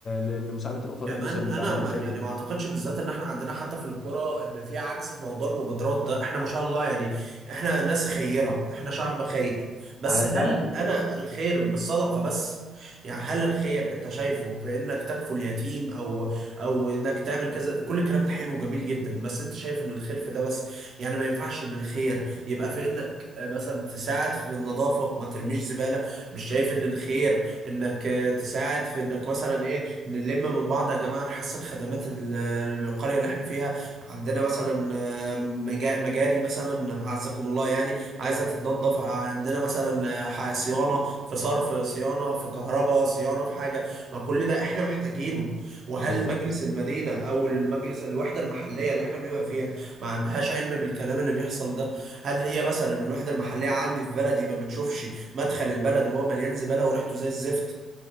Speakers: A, on the left; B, on the right.
A: ل- لمساعده الاسر
B: كمان
A: الاسر اللي
B: انا
A: في عندها
B: ما
A: مشاكل
B: يعني ما اعتقدش بالذات ان احنا عندنا حتى في الكرة ان في عجز في موضوع المبادرات ده احنا ما شاء الله يعني احنا ناس خيرة احنا شعب خير بس
A: على بقى
B: هل انا الخير بالصدقة بس يعني هل الخير انت شايفه في انك تكفل اليتيم او او انك تعمل كذا كل الكلام ده حلو وجميل جدا بس انت شايف ان الخير في ده بس يعني ما ينفعش ان الخير يبقى في انك آه، مثلا تساعد في النظافة ما ترميش زبالة مش شايف ان الخير انك آه، تساعد في انك مثلا ايه نلم من بعض يا جماعة نحسن خدمات ال- القرية اللي احنا فيها عندنا مثلا آه، مجا- مجاري مثلا أعزكم الله يعني عايزة تتنظف عندنا مثلا آه، ح- صيانة في صرف صيانة في كهرباء صيانة في حاجة ما كل ده احنا محتاجينه وهل
A: بالظبط
B: مجلس المدينة أو المجلس الوحدة المحلية اللي احنا بنبقى فيها ما عندهاش علم بالكلام اللي بيحصل ده هل هي مثلا الوحدة المحلية عندي في بلدي ما بتشوفش مدخل البلد وهو مليان زبالة وريحته زي الزفت